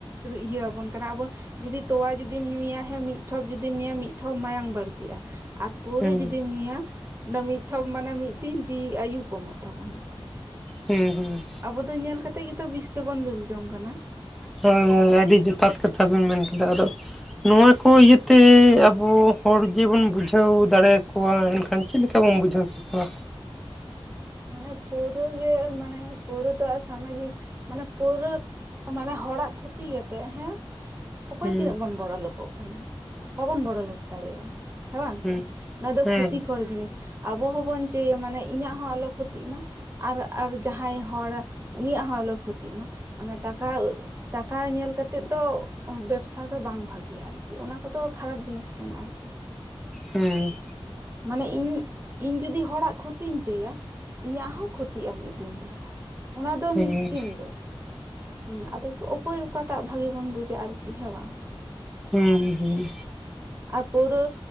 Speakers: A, on the right; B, in the centre.
A: ᱤᱭᱟᱹ ᱵᱚ ᱵᱚᱱ ᱠᱟᱱᱟ ᱟᱵᱚ ᱡᱩᱫᱤ ᱛᱚᱣᱟ ᱡᱩᱫᱤ ᱧᱩᱭᱟ ᱮ ᱢᱤᱫ ᱴᱷᱚᱵ ᱡᱩᱫᱤᱢ ᱧᱩᱭᱟ ᱢᱤᱫ ᱴᱷᱚᱢ ᱢᱟᱭᱟᱢ ᱵᱟᱹᱲᱛᱤᱜᱼᱟ ᱟᱨ ᱯᱟᱹᱣᱨᱟᱹ
B: ᱦᱩᱸ
A: ᱡᱩᱫᱤᱢ
B: ᱦᱩᱸ
A: ᱧᱩᱭᱟ ᱢᱤᱫᱴᱷᱚᱢ ᱢᱟᱱᱮ ᱢᱤᱫ ᱫᱤᱱ ᱡᱤᱣᱤ ᱟᱭᱩ ᱠᱚᱢᱚᱜ ᱛᱟᱵᱚᱱᱟ᱾
B: ᱦᱩᱸᱻ ᱦᱩᱸᱻ᱾
A: ᱟᱵᱚ ᱫᱚ ᱧᱮᱞ ᱠᱟᱛᱮᱜ ᱜᱮᱛᱚ ᱵᱤᱥ ᱫᱚᱵᱚᱱ ᱫᱩᱞ ᱡᱚᱝ ᱠᱟᱱᱟ᱾
B: ᱦᱳᱭ ᱦᱳᱭ ᱟᱹᱰᱤ ᱡᱚᱛᱷᱟᱛ ᱠᱟᱛᱷᱟ ᱵᱮᱱ ᱢᱮᱱ ᱠᱮᱫᱟ ᱟᱫᱚ ᱱᱚᱣᱟ ᱠᱚ ᱤᱭᱟᱹᱛᱮ ᱟᱵᱚ ᱦᱚᱲ ᱡᱮᱵᱚᱱ ᱵᱩᱡᱷᱟᱹᱣ ᱫᱟᱲᱮᱭᱟ ᱠᱚᱣᱟ ᱮᱱᱠᱷᱟᱱ ᱪᱮᱫ ᱞᱮᱠᱟ? ᱪᱤᱠᱟ ᱵᱚᱱ ᱵᱩᱡᱟᱹᱣ ᱠᱮᱠᱚᱣᱟ᱾
A: ᱢᱟᱱᱮ ᱯᱟᱹᱣᱨᱟᱹ ᱜᱮ ᱢᱟᱱᱮ ᱯᱟᱹᱣᱨᱟᱹ ᱫᱚ ᱥᱟᱢᱟᱡᱤᱠ ᱢᱟᱱᱮ ᱯᱟᱹᱣᱨᱟᱹ ᱢᱟᱱᱮ ᱦᱚᱲᱟᱜ ᱠᱷᱚᱛᱤ ᱠᱟᱛᱮᱜ ᱦᱮᱸ ᱚᱠᱚᱭ
B: ᱦᱩᱸ
A: ᱛᱤᱱᱟᱹᱜ ᱵᱚᱱ ᱵᱚᱲᱚ ᱞᱚᱠᱚᱜ ᱠᱟᱱᱟ, ᱵᱟᱵᱚᱱ ᱵᱚᱲᱚ ᱞᱳᱠ ᱫᱟᱲᱮᱭᱟᱜᱼᱟ ᱦᱮᱸ ᱵᱟᱝ
B: ᱦᱩᱸ
A: ᱥᱮ ᱚᱱᱟ ᱫᱚ
B: ᱦᱮᱸ
A: ᱠᱷᱚᱛᱤᱠᱚᱨ ᱡᱤᱱᱤᱥ ᱟᱵᱚ ᱦᱚᱸᱵᱚᱱ ᱪᱟᱹᱭᱟ ᱢᱟᱱᱮ ᱤᱧᱟᱹᱜ ᱦᱚᱸ ᱟᱞᱚ ᱠᱷᱚᱛᱤᱜ ᱢᱟ, ᱟᱨ ᱟᱨ ᱡᱟᱦᱟᱸᱭ ᱦᱚᱲ ᱩᱱᱤᱭᱟᱜ ᱦᱚᱸ ᱟᱞᱚ ᱠᱷᱚᱛᱤᱜ ᱢᱟ ᱢᱟᱱᱮ ᱴᱟᱠᱟ ᱴᱟᱠᱟ ᱧᱮᱞ ᱠᱟᱛᱮᱜ ᱫᱚ ᱵᱮᱵᱥᱟ ᱫᱚ ᱵᱟᱝ ᱵᱷᱟᱜᱤᱭᱟ ᱟᱨᱠᱤ, ᱚᱱᱟ ᱠᱚᱫᱚ ᱠᱷᱟᱨᱟᱯ ᱡᱤᱱᱤᱥ ᱠᱟᱱᱟ ᱟᱨᱠᱤ
B: ᱦᱩᱸᱻ᱾
A: ᱢᱟᱱᱮ ᱤᱧ ᱤᱧ ᱡᱩᱫᱤ ᱦᱚᱲᱟᱜ ᱠᱷᱚᱛᱤᱧ ᱪᱟᱹᱭᱟ ᱤᱧᱟᱹᱜ ᱦᱚᱸ ᱠᱷᱚᱛᱤᱜᱼᱟ ᱢᱤᱫ ᱫᱤᱱ ᱦᱤᱞᱳᱜ᱾ ᱚᱱᱟ ᱫᱚ
B: ᱦᱮᱸ
A: ᱱᱤᱥᱪᱤᱱᱫᱚ ᱦᱩᱸ ᱟᱫᱚ ᱚᱠᱚᱭ ᱚᱠᱟᱴᱟᱜ ᱵᱷᱟᱜᱤ ᱵᱚᱱ ᱵᱩᱡᱟ ᱟᱨᱠᱤ ᱦᱮᱸ ᱵᱟᱝ
B: ᱦᱩᱸᱻ ᱦᱩᱸᱻ᱾
A: ᱟᱨ ᱯᱟᱹᱣᱨᱟᱹ